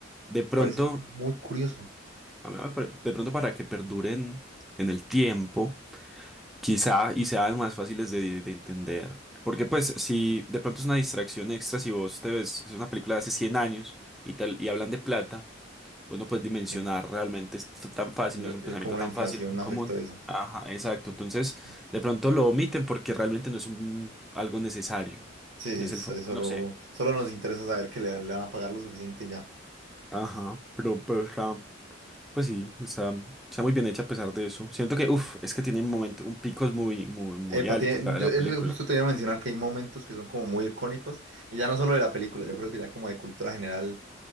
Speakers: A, in the centre; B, on the right.
A: De pronto,
B: Parece muy curioso,
A: a mí me pare- de pronto para que perduren en el tiempo, Quizá y sean más fáciles de, de entender. Porque pues si de pronto es una distracción extra, si vos te ves, es una película de hace 100 años y tal, y hablan de plata, vos no puedes dimensionar
B: sí,
A: realmente es t- tan fácil,
B: lo-
A: no es un pensamiento
B: el cómo la
A: tan
B: inflación
A: fácil, común.
B: afectó eso.
A: Ajá, exacto. Entonces,
B: Ok.
A: de pronto lo omiten porque realmente no es un, algo necesario.
B: Sí, sí,
A: No es
B: eso-
A: el foco,
B: eso solo,
A: no sé.
B: solo nos interesa saber que le, le van a pagar lo suficiente y ya.
A: Ajá, pero, pero está- pues sí, está, está muy bien hecha a pesar de eso. Siento que, uff, es que tiene un momento, un picos muy, muy, muy
B: Epa,
A: altos
B: tiene-
A: la,
B: yo
A: la
B: eso
A: película.
B: justo te iba a mencionar que hay momentos que son como muy icónicos, y ya no solo de la película, yo creo que ya como de cultura general